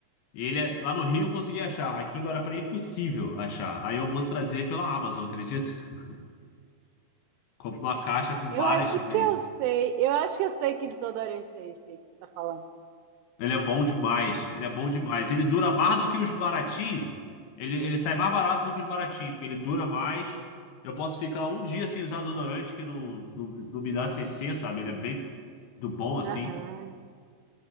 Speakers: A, on the left; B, on the right.
A: E ele é- lá no Rio eu consegui achar. Aqui em Guarapari é impossível achar. Aí eu mando trazer pela Amazon, acredita? <laughs> Compro uma caixa com
B: Eu
A: vários,
B: acho
A: tipo,
B: que eu sei. Eu acho que eu sei que desodorante é esse aí que você tá falando.
A: Ele é bom demais. Ele é bom demais. Ele dura mais do que os baratinhos. Ele, ele sai mais barato do que os baratinhos, porque ele dura mais. Eu posso ficar um dia sem usar desodorante que não, não, não me dá CC, sabe? Ele é bem do bom assim.
B: Aham.